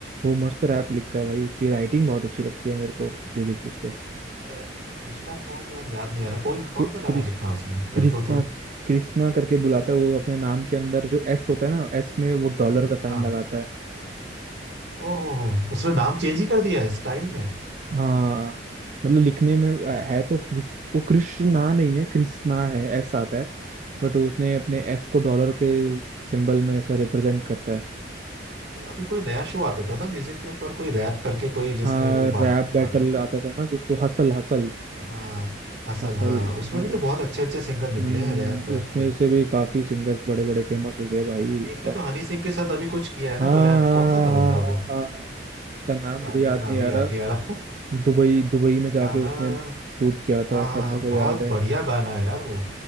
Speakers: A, on the right (about 40°); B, on the right (about 70°).
A: वो मस्त रैप लिखता है भाई उसकी राइटिंग बहुत अच्छी लगती है मेरे को लिरिक्स उसके
B: अरे कृष्णा कौन यार याद नहीं आ रहा कोई कौन
A: कृ-
B: सा
A: कृष
B: गाना लिखा है उसमें मेरे
A: कृष्णा
B: को तो
A: कृष्णा करके बुलाता है वो अपने नाम के अंदर जो एस होता है ना एस में वो डॉलर का साइन
B: हाँ
A: लगाता है
B: ओहो उसने नाम चेंज ही कर दिया है स्टाइल में
A: हाँ मतलब लिखने में है तो कृष वो कृष्णा नहीं है कृष्णा है एस आता है बट उसने अपने एस को डॉलर के सिंबल में ऐसा रिप्रेजेंट करता है
B: यार अभी कोई नया शो आता था ना म्यूजिक के ऊपर कोई रैप करके कोई जिसमें
A: हाँ
B: वो बाद,
A: रैप बैटल
B: बादल
A: आता था ना कुछ तो हसल हसल
B: हाँ हसल
A: हसल
B: हाँ उसमें
A: हाँ, उस
B: भी तो बहुत अच्छे अच्छे सिंगर निकले
A: हम्म
B: हैं रैप वैप
A: उसमें
B: के
A: से भी काफी सिंगर्स बड़े बड़े फेमस हो गए भाई एकदम
B: एक ने तो हनी सिंह के साथ अभी कुछ किया है
A: हाँ
B: ना कोलैब
A: हाँ
B: कौन सा था
A: हाँ
B: बंदा
A: हाँ हाँ
B: वो
A: हाँ हाँ हाँ, हाँ, हाँ, हाँ, हाँ, उसका नाम
B: गाने
A: मुझे याद
B: का नाम
A: नहीं आ
B: ही याद
A: रहा
B: नहीं आ रहा
A: दुबई दुबई में जाके
B: गाना
A: उसने
B: हाँ
A: शूट किया था
B: हाँ
A: सब
B: हाँ
A: मेरे को याद
B: बहुत
A: है
B: बढ़िया गाना है यार वो